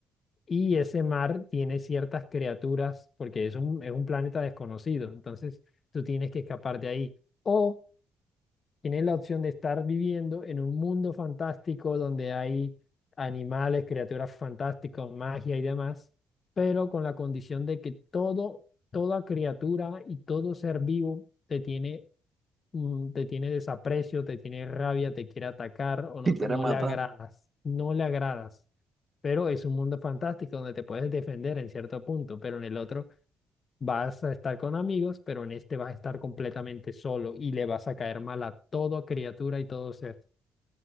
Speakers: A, on the left (about 35°); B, on the right (about 30°).
A: Y ese mar tiene ciertas criaturas, porque es un, es un planeta desconocido, entonces tú tienes que escapar de ahí. O tienes la opción de estar viviendo en un mundo fantástico donde hay animales, criaturas fantásticas, magia y demás, pero con la condición de que todo, toda criatura y todo ser vivo te tiene, mm, te tiene desaprecio, te tiene rabia, te quiere atacar o no,
B: si quiere
A: te- no
B: matar,
A: le agradas, no le agradas pero es un mundo fantástico donde te puedes defender en cierto punto, pero en el otro vas a estar con amigos, pero en este vas a estar completamente solo y le vas a caer mal a toda criatura y todo ser.